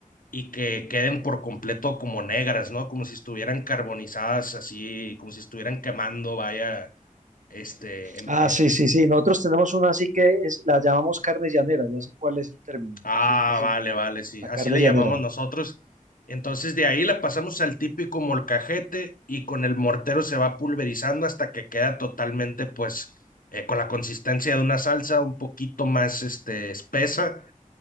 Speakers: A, on the left; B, on the right.
A: y que queden por completo como negras, ¿no? Como si estuvieran carbonizadas, así, como si estuvieran quemando, vaya, este, em-
B: Ah,
A: eh,
B: sí, sí, sí. Nosotros tenemos una así que es, la llamamos carne llanera. Ya sé cuál es el término.
A: ah,
B: Sí, casi.
A: vale, vale, sí,
B: La carne
A: así le
B: llanera.
A: llamamos nosotros. Entonces de ahí la pasamos al típico molcajete y con el mortero se va pulverizando hasta que queda totalmente, pues, eh, con la consistencia de una salsa un poquito más, este, espesa